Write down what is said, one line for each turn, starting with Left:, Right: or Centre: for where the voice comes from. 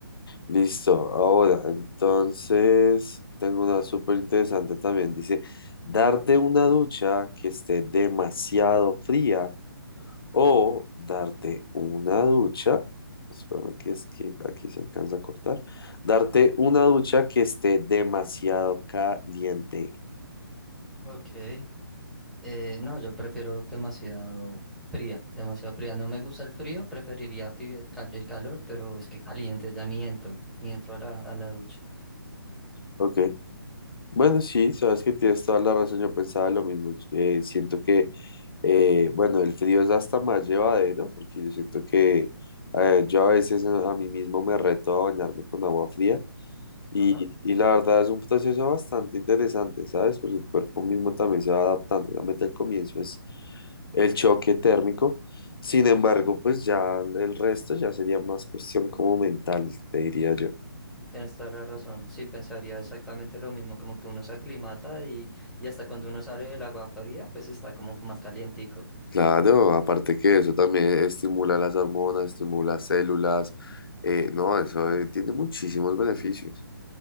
Left: listo. Ahora, entonces, tengo una súper interesante también. Dice, darte una ducha que esté demasiado fría O darte una ducha, espérame que es que aquí se alcanza a cortar, darte una ducha que esté demasiado caliente.
Centre: Ok, Eh, no, yo prefiero demasiado fría, demasiado fría. No me gusta el frío, preferiría tibia- cal- el calor, pero es que caliente ya ni entro, ni entro a la, a la ducha.
Left: Ok. Bueno, sí, sabes que tienes toda la razón, yo pensaba lo mismo. eh, siento que, eh, bueno, el frío es hasta más llevadero, porque yo siento que eh, yo a veces a mí mismo me reto a bañarme con agua fría y,
Centre: Ajá,
Left: y la verdad es un proceso bastante interesante, ¿sabes? Porque el cuerpo mismo también se va adaptando. Obviamente al comienzo es el choque térmico, sin embargo, pues ya el resto ya sería más cuestión como mental, te diría yo.
Centre: tienes toda la razón. Sí, pensaría exactamente lo mismo, como que uno se aclimata y, y hasta cuando uno sale del agua fría, pues está como más calientico.
Left: Claro, aparte que eso también estimula las hormonas, estimula células, eh, no, eso eh, tiene muchísimos beneficios.